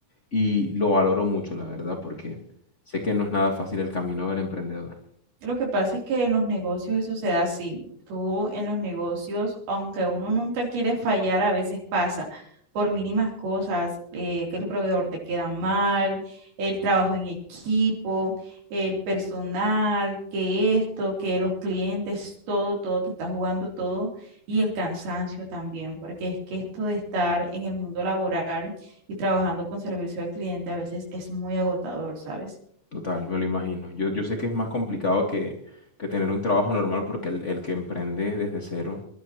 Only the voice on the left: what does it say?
y lo valoro mucho, la verdad, porque sé que no es nada fácil el camino del emprendedor.
Total, me lo imagino. Yo, yo sé que es más complicado que, que tener un trabajo normal porque el, el que emprende desde cero